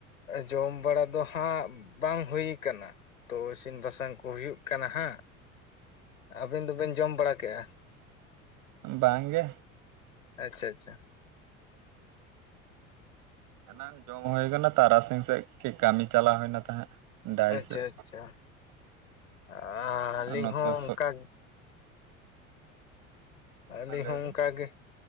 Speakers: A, on the left (about 80°); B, on the right (about 55°).
A: ᱡᱚᱢ ᱵᱟᱲᱟ ᱫᱚ ᱦᱟᱸᱜ ᱵᱟᱝ ᱦᱩᱭ ᱟᱠᱟᱱᱟ ᱛᱚ ᱤᱥᱤᱱ ᱵᱟᱥᱟᱝ ᱠᱩ ᱦᱩᱭᱩᱜ ᱠᱟᱱᱟ ᱦᱟᱸᱜ ᱟᱹᱵᱤᱱ ᱫᱚᱵᱤᱱ ᱡᱚᱢ ᱵᱟᱲᱟ ᱠᱮᱜᱼᱟ
B: ᱵᱟᱝ ᱜᱮ
A: ᱟᱪᱪᱷᱟ ᱟᱪᱪᱷᱟ
B: ᱮᱱᱟᱝ ᱡᱚᱢ ᱦᱩᱭ ᱟᱠᱟᱱᱟ ᱛᱟᱨᱟᱥᱤᱧ ᱥᱮᱫ ᱠᱟᱹᱡ ᱠᱟᱹᱢᱤ ᱪᱟᱞᱟᱣ ᱦᱩᱭᱱᱟ ᱛᱟᱦᱮᱸᱫ ᱰᱟᱦᱤ
A: ᱟᱪᱪᱷᱟ
B: ᱥᱮᱫ
A: ᱟᱪᱪᱷᱟ ᱟᱹᱞᱤᱧ
B: ᱱᱚᱛᱮ
A: ᱦᱚᱸ ᱚᱱᱠᱟ ᱟᱞᱮ
B: ᱞᱟᱹᱭ
A: ᱦᱚᱸ
B: ᱵᱤᱱ
A: ᱚᱱᱠᱟᱜᱮ